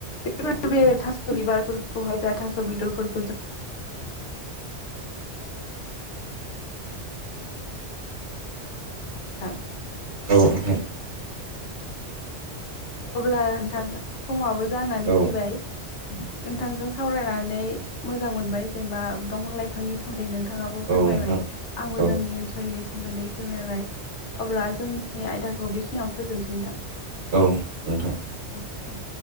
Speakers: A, on the left (about 85°); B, on the right (about 80°).
A: बेफोर बे थास' बिबारफोरखौहाय जा थास' बेदरफोर <unintelligible> <unintelligible>
B: औ नोंथां।
A: अब्ला नोंथां समाबो जानानै
B: औ
A: फैबाय। नोंथांजों सावरायनानै मोजां मोनबाय जेनेबा दंफां लाइफांनि सोमोनदै नोंथां। नोंथाङाबो
B: औ
A: फोरमायबाय
B: नोंथां
A: आंबो
B: औ
A: जोंनि ओनसोलनि सोमोन्दै फोरमायबाय अब्ला जोंनि आयदाखौ बेखिनियावनो फोजोबनोसै नोंथां।
B: औ नोंथां।
A: औ दे